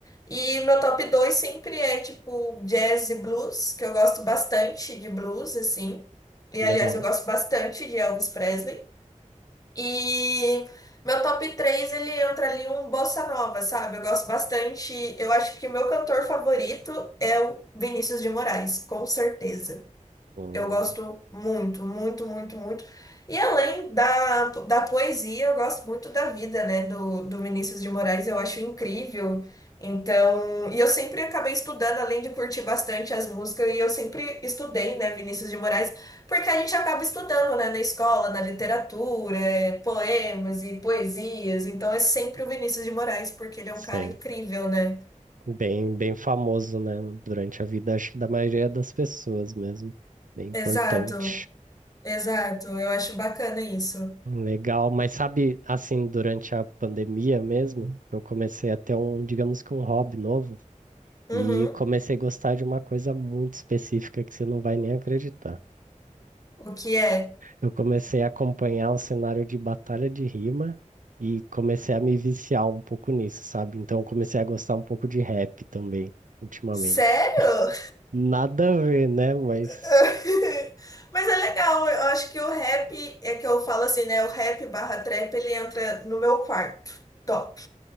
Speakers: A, on the left (about 25°); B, on the right (about 85°).
A: E meu top 2 sempre é tipo jazz e blues, que eu gosto bastante de blues, assim. E
B: Legal.
A: aliás, eu gosto bastante de Elvis Presley. E meu top 3 ele entra ali um bossa nova, sabe? Eu gosto bastante. Eu acho que o meu cantor favorito é o Vinícius de Moraes, com certeza.
B: Hum,
A: Eu gosto muito, muito, muito, muito. E além da, da poesia, eu gosto muito da vida, né, do, do Vinícius de Moraes, eu acho incrível. Então, e eu sempre acabei estudando, além de curtir bastante as músicas, e eu sempre estudei, né, Vinícius de Moraes, porque a gente acaba estudando, né, na escola, na literatura, é, poemas e poesias. Então, é sempre o Vinícius de Moraes, porque ele é
B: sim.
A: um cara incrível, né?
B: Bem, bem famoso, né? Durante a vida, acho que da maioria das pessoas mesmo. Bem importante.
A: Exato, exato. Eu acho bacana isso.
B: Legal, mas sabe, assim, durante a pandemia mesmo, eu comecei a ter um, digamos que um hobby novo,
A: Uhum.
B: e comecei a gostar de uma coisa muito específica que você não vai nem acreditar.
A: O que é?
B: Eu comecei a acompanhar o cenário de batalha de rima e comecei a me viciar um pouco nisso, sabe? Então comecei a gostar um pouco de rap também, ultimamente.
A: Sério?
B: Nada a ver, né? Mas.
A: <laughs> Mas é legal, eu acho que o rap, é que eu falo assim, né? O rap barra trap, ele entra no meu quarto. Top.